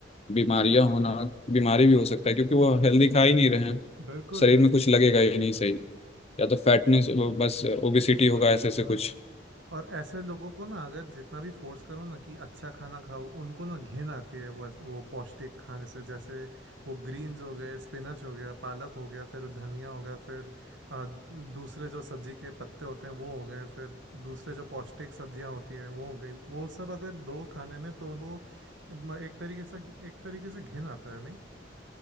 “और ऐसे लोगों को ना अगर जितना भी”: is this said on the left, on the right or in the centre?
Right